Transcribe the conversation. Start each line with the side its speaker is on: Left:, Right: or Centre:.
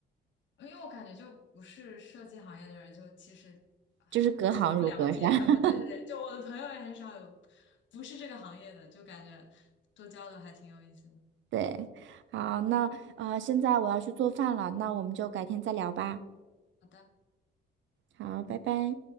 Left: 因为我感觉就不是设计行业的人，就其实啊基本不了解。
Right: 就是隔行如隔山。
Left: 然后对对对，
Right: <laughs>
Left: 就我的朋友也很少有不是这个行业的，就感觉多交流还挺有意思的。
Right: 对，好，那呃，现在我要去做饭了，那我们就改天再聊吧。
Left: 好的。
Right: 好，拜拜。